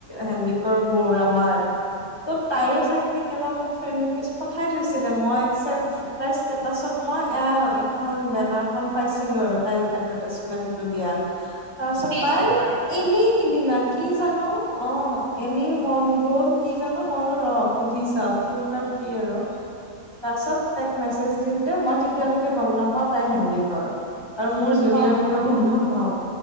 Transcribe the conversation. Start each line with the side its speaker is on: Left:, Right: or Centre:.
Left: হেডিকৰ বোৰ আমাৰ ত' তাইও চাগে কেতিয়াবা মোক ফ্ৰেড ৰিকুৱেষ্ট পঠাই থৈছিলে মই একচেপ্ট তাইৰ ষ্টেটাচত মই অ খন বেনাৰখন পাইছো পাইছিলো আৰু তাই এডভেটাইচ মেনটো দিয়া তা চত
Right: ফেচবুকৰ।
Left: তাই এনেই সিদিনা কি জানো অ এনেই মন গ'ল কি জানো মই বোলো ৰ সুধি চাও কেনেকুৱা কি আৰু তা--ছত তাইক মেছেজ দিওঁতে মই তেতিয়ালৈকে গম নাপাও তাই হেণ্ডিকৰ আৰু মোৰ জুনিয়ৰ
Right: অ', অ',
Left: বুলি গম নাপাও